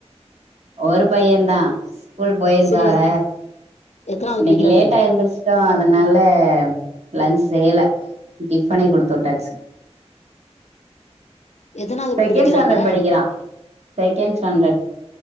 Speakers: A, on the right (about 70°); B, on the left (about 75°).
A: ஒரு பையன்தா ஸ்கூல் போய்ருகாக
B: சேரி எத்தனாவது
A: இன்னிக்கு
B: படிக்கிறாப்டி
A: லேட்டா எந்திருச்சுட்டோ அதனால லன்ச் செய்யல டிஃபனே குடுத்து விட்டாச்சு
B: எத்தனாவது
A: செகேண்ட்
B: படிக்கிறாங்க
A: ஸ்டாண்டர்ட் படிக்கிறா செகேண்ட் ஸ்டாண்டர்ட்